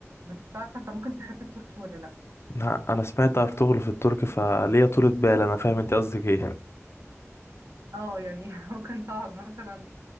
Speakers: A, on the right; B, on the left.
A: بس مش عارفه انت ممكن تحب التركي ولا لا
B: لا، انا سمعت ارطغرل في التركي فليا طولة بال انا فاهم انت قصدك ايه
A: اه يعني <laughs> ممكن تقعد مثلا